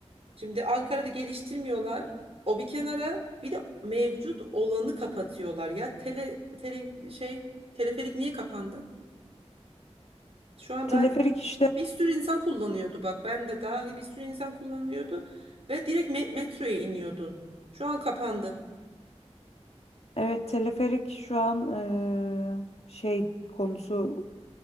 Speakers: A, on the right; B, on the left.
A: Şimdi Ankara'da geliştirmiyorlar. O bir kenara bir de mevcut olanı kapatıyorlar. Ya tele, tele şey teleferik niye kapandı? Şu an
B: Teleferik
A: ben
B: işte.
A: bir sürü insan kullanıyordu bak ben de dahil bir sürü insan kullanıyordu ve direkt me- metroya iniyordun. Şu an kapandı.
B: Evet teleferik şu an e, şey konusu